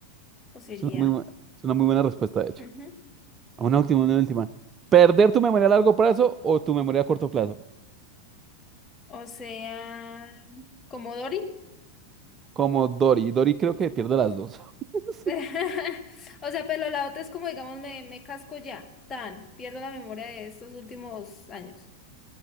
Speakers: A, on the left; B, on the right.
A: posibilidad.
B: Es una muy, bu- es una muy buena respuesta, de hecho.
A: Ujú.
B: A Una última, una última. ¿Perder tu memoria a largo plazo o tu memoria a corto plazo?
A: O sea, como Dory.
B: Como Dory. Dory creo que pierde las dos. <laughs>
A: <laughs> O sea, pero la otra es como, digamos, me, me casco ya, tan, pierdo la memoria de estos últimos años.